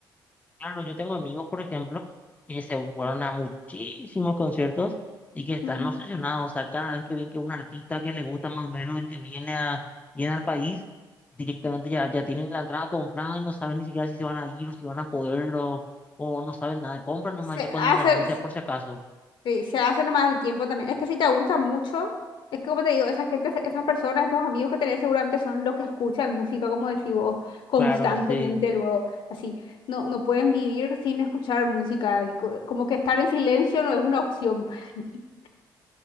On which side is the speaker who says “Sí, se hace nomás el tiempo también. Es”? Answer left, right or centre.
Left